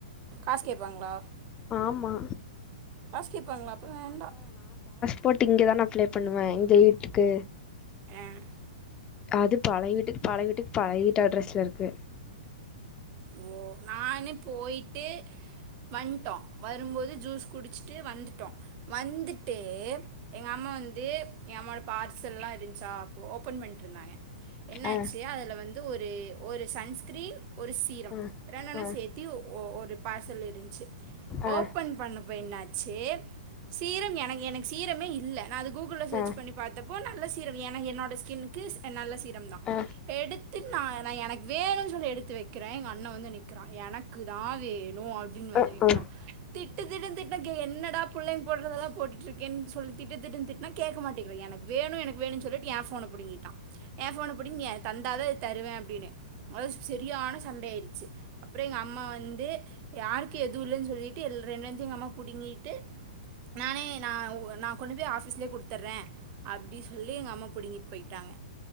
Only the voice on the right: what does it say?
காசு கேப்பாங்களா
காசு கேப்பாங்களா அப்ப வேண்டா
ஆ
ஓ நானு போயிட்டு வந்டோ வரும்போது ஜூஸ் குடிச்சுட்டு வந்துட்டோ வந்துட்டு எங்க அம்மா வந்து எ அம்மாவோட பார்சல்லா இருஞ்ச்சா ஓபன் பண்ட்டு இருந்தாங்க என்னாச்சு
அதில வந்து ஒரு ஒரு சன்ஸ்கிரீன் ஒரு சீரம்
ரெண்டென்னம்
சேர்த் தியு ஒரு பார்சல் இருந்ச்சு
ஓப்பன் பண்ணபோ என்னாச்சு சீரம் எனக் எனக்கு சீரமே இல்ல நா அது கூகுள சர்ச்
பண்ணி பாத்தப் போ நல்ல சீரம் ஏனா என்னோட ஸ்கின்னுக்கு நல்ல சீரம் தா
எடுத்து நா நா எனக்கு வேணுன்னு சொல்லி எடுத்து வைக் கிறே எங்க அண்ண வந்து நிக்கறா எனக்கு தா வேணு அப்டின்னு வந்து
நிக்கிறா திட்டுத்திட்டு திட்டினா என்னடா புள்ளைங்க போடுறதெல்லா போட்டுருக்கேன்னு சொல்லி திட்டு திட்டு திட்னா கேக்க மாட்டிங்கிறா எனக் வேணு எனக் வேணுனு சொல்லிட்டு ஏ ஃபோன புடிங்கிட்டா ஏ போன புடுங்கி அத தந்தாதா இத தருவேனு அப்டின்னு அ சரியான சண்ட ஆயிடுச்சு அப்றோ எங்க அம்மா வந்து யாருக்கு எது இல்லன்னு சொல்லிட்டு ரெண்டுபேத்தையு எங்கம்மா புடுங்கிட்டு நானே நா நா கொண்டு போயி ஆஃபீஸ்லயே குடுத்தர்றே அப்டி சொல்லி எங்கம்மா புடுங்கிட் போய்ட்டாங்க